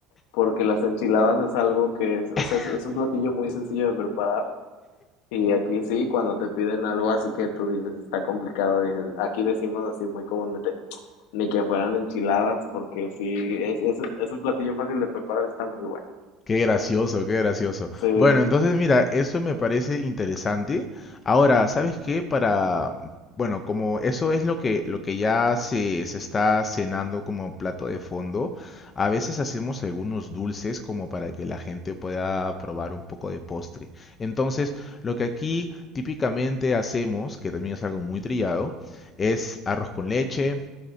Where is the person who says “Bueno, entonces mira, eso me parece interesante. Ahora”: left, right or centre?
Left